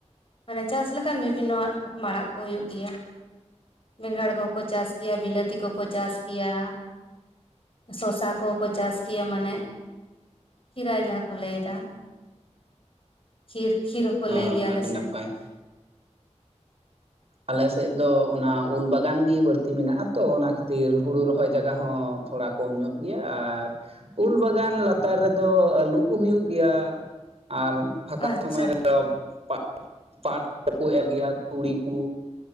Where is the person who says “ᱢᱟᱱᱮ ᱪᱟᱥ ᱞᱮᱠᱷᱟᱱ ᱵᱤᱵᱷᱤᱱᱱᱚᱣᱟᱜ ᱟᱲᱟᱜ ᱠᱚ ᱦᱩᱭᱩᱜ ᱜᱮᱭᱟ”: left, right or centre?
Left